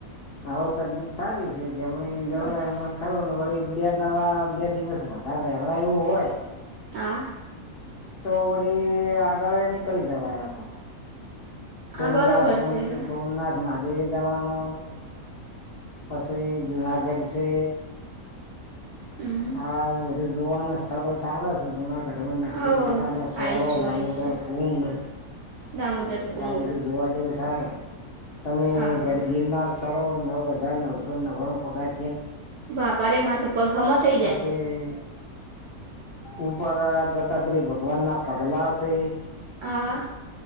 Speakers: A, on the left; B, on the right.
A: આવો તબિયત સારી છે જમણી
B: બસ
A: જમરા એમણે ખરો વળી બે દવા બે દિવસ વધારે રેમરા એવું હોય.
B: હા.
A: તો વળી આગળ નીકળી જવાય આ નો. સોમનાથ
B: હા બરોબર
A: મં
B: છે તો
A: સોમનાથ મહાદેવી જવાનું. પાછી જુનાગઢ છે.
B: હમ
A: હા એવું બધું જોવાના સ્થળો સારા છે જુના ગઠબંધન
B: હો
A: સિ
B: આવીશું
A: મહેતા ન સોરો દામોદર
B: આવીશું
A: કુંડ.
B: દામોદર
A: એટલે
B: કુંડ
A: આવું બધું જોવા જવું સરાર તમે
B: હા હા
A: ગઢગીરનાર સ્થળો નવ હજાર નવસો ના ઘણું પગાર
B: વાપરે મારે તો પગ હમો થઇ
A: પછી
B: જાય.
A: ઉપર દત્તાત્ર્રી ભગવાન પગલા છે.
B: હા.